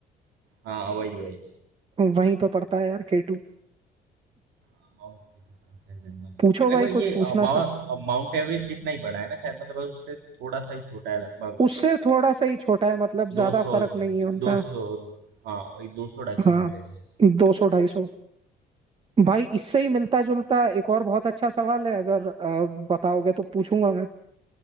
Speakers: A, on the right; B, on the right.
A: हाँ वही वही
B: वहीं पे पड़ता है यार केटू
A: हाँ, माउंट कंचनजंगा
B: पूछो
A: लगभग
B: भाई कुछ
A: ये अ,
B: पूछना
A: माउ-
B: चाहो
A: अ, माउंट एवरेस्ट जितना ही बड़ा है ना शायद मतलब उससे थोड़ा सा ही छोटा है लगभग
B: उससे थोड़ा सा ही छोटा है मतलब ज्यादा
A: दो सौ
B: फर्क नहीं है उनका
A: दो सौ हाँ वही दो सौ ढाई सौ
B: हाँ
A: मीटर ही है
B: दो सौ ढाई सौ भाई इससे ही मिलता जुलता एक और बहुत अच्छा सवाल है अगर अ, बताओगे तो पूछूंगा मैं